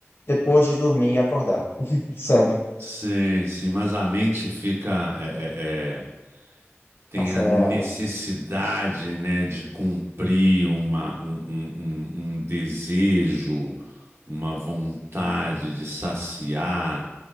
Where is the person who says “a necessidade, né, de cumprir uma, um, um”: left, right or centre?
Right